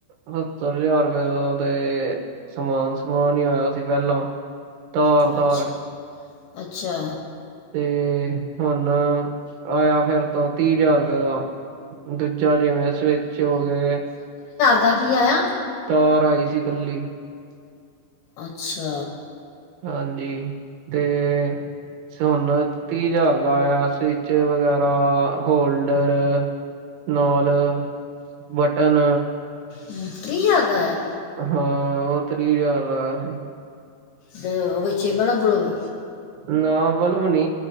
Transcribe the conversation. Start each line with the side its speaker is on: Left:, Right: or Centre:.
Right: ਸੱਤਰ ਹਜ਼ਾਰ ਰੁਪਏ ਦਾ ਤੇ ਸਮਾਨ-ਸਮਾਨ ਹੀ ਆਇਆ ਸੀ ਪਹਿਲਾਂ ਤਾਰ-ਤਾਰ।
Left: ਅੱਛਾ ਅੱਛਾ।
Right: ਤੇ ਹੁਣ ਆਇਆ ਫੇਰ ਤਾਂ ਤੀਹ ਹਜ਼ਾਰ ਰੁਪਏ ਦਾ ਦੂਜ ਜਾਂ ਜਿਵੇਂ ਸਵਿਚ ਹੋ ਗਏ।
Left: ਬਾਕੀ ਆਇਆ
Right: ਤਾਰ ਆਈ ਸੀ ਕੱਲੀ
Left: ਅੱਛਾ।
Right: ਹਾਂਜੀ, ਤੇ ਵੈਸੇ ਹੁਣ ਤੀਹ ਹਜ਼ਾਰ ਦਾ ਆਇਆ, ਸਵਿੱਚ ਵਗੈਰਾ ਹੋਲਡਰ ਨੌਲ, ਬਟਨ
Left: ਹਮ, ਤੀਹ ਹਜਾਰ ਦਾ ਆਇਆ।
Right: ਹਾਂ ਉਹ ਤਰੀਹ ਹਜ਼ਾਰ ਆਇਆ ਸੀ
Left: ਤੇ ਉਹ ਵਿੱਚੇ ਇਹ ਬਲਵ ਬੁਲਬ
Right: ਨਾ ਵਲਬ ਨੀ,